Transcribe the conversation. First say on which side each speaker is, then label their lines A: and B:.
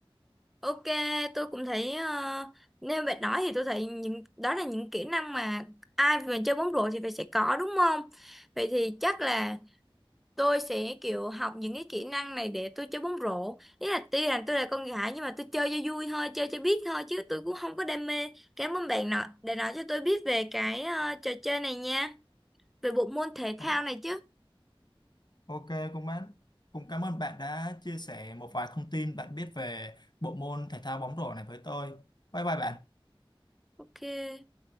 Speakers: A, in the centre; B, on the left.
A: ok tôi cũng thấy ờ, nếu bạn nói thì tôi thấy những đó là những kỹ năng mà ai mà chơi bóng rổ thì phải sẽ có đúng không vậy thì chắc là tôi sẽ kiểu học những cái kỹ năng này để tôi chơi bóng rổ ý là tuy là tôi là con gái nhưng mà tôi chơi cho vui thôi chơi cho biết thôi chứ tôi cũng không có đam mê cảm ơn bạn nọ đã nói cho tôi biết về cái ờ, trò chơi này nha về bộ môn thể
B: Ờ,
A: thao này chứ
B: Ok cũng bạn cũng cảm ơn bạn đã chia sẻ một vài thông tin bạn biết về bộ môn thể thao bóng rổ này với tôi bye bye bạn
A: ok